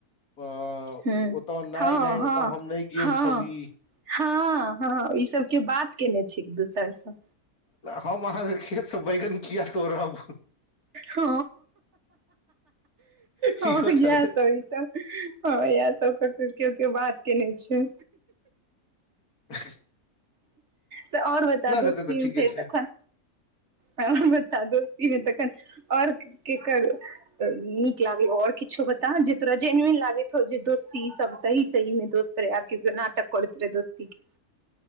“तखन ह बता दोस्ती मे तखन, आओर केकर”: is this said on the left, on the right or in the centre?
Right